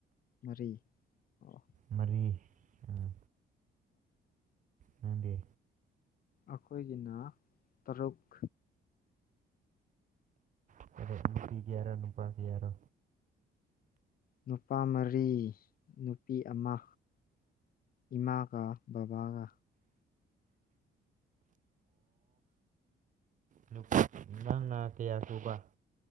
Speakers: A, on the left; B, on the right.
A: ꯃꯔꯤ ꯑꯣ
B: ꯃꯔꯤ ꯎꯝ ꯅꯪꯗꯤ
A: ꯑꯈꯣꯏꯒꯤꯅ ꯇꯔꯨꯛ
B: <unintelligible> ꯅꯨꯄꯤꯒꯤ ꯍꯥꯏꯔꯣ ꯅꯨꯄꯥꯒꯤ ꯍꯥꯏꯔꯣ
A: ꯅꯨꯄꯥ ꯃꯔꯤ ꯅꯨꯄꯤ ꯑꯃ ꯏꯃꯥꯒ ꯕꯕꯥꯒ
B: ꯥꯅꯨꯄꯥ ꯅꯪꯅ ꯀꯌꯥ ꯁꯨꯕ